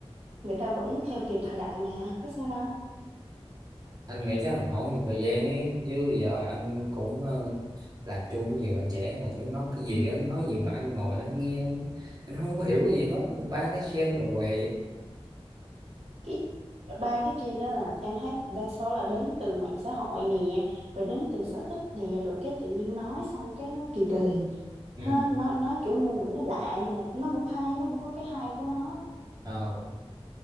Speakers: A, on the right (about 85°); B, on the right (about 35°).
A: người ta vẫn theo kịp thời đại mà có sao đâu
B: anh nghĩ chắc là hỏi nhiều thời gian ấy chứ giờ anh cũng ờ, làm chung với nhiều bạn trẻ mà tụi nó nói cái gì anh nói gì mà anh ngồi anh nghe anh, không có hiểu cái gì hết ba cái sen là què
A: cái ba cái trend đó là em thấy đa số là đến từ mạng xã hội nè rồi đến từ sở thích nè rồi cái tự nhiên nói xong cái nó kỳ kỳ
B: ừ.
A: ha nói nói kiểu ngôn ngữ nó lạ nhưng mà nó vẫn hay nó vẫn có cái hay của nó
B: ờ,